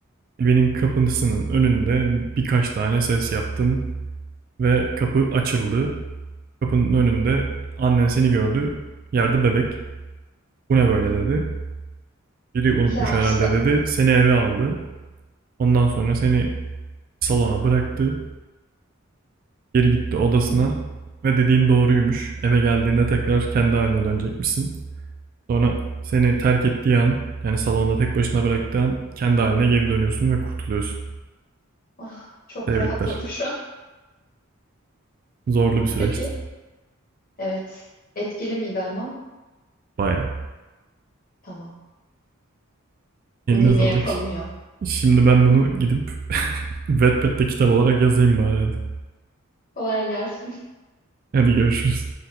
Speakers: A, on the right; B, on the left.
A: Evinin kapısının önünde birkaç tane ses yaptın ve kapı açıldı. Kapının önünde annen seni gördü. Yerde bebek. Bu ne böyle
B: hı.
A: dedi. Biri unutmuş
B: Ya
A: herhalde
B: işte
A: dedi. Seni eve aldı. Ondan sonra seni salona bıraktı. Geri gitti odasına
B: Hı.
A: ve dediğin doğruymuş. Eve geldiğinde tekrar kendi haline dönecekmişsin. Sonra seni terk ettiği an yani salonda tek başına bıraktığı an kendi haline geri dönüyorsun ve kurtuluyorsun.
B: ah, çok
A: Tebrikler.
B: rahatladım şu an.
A: Zorlu bir süreçti.
B: Peki. Evet. Etkili miydi ama?
A: Bayağı.
B: Tamam.
A: Eline
B: Bunu yine
A: sağlık.
B: yapalım ya.
A: Şimdi ben
B: <laughs>
A: bunu gidip Wattpad'de kitap olarak yazayım bari hadi.
B: Kolay gelsin.
A: Hadi görüşürüz.